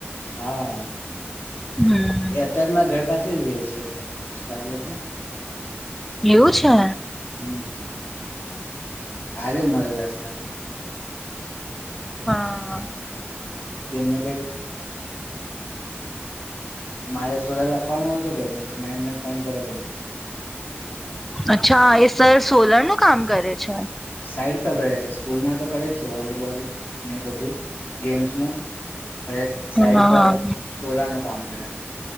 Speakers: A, on the left (about 55°); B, in the centre.
A: હા
B: હમ
A: એ અત્ય મારા ઘર પાસે જ રેય છે. હ સાર લોકો
B: એવું છે
A: હમ. આજે મળરે લા સર.
B: હા
A: એમનું કઈ મારા સોલ ખાવા નતું કે નહી તો મેં એમને ફોન કરેલો
B: અચ્છા એ સર સોલર નું કામ કરે છે.
A: સાઈડ પર કરે છે સ્કૂલમાં તો કરે છે વોલીબોલ ને એ બધું ગેમ્સ ન અને
B: હા
A: સાઈડ પર સોલારનુ કામ કરે.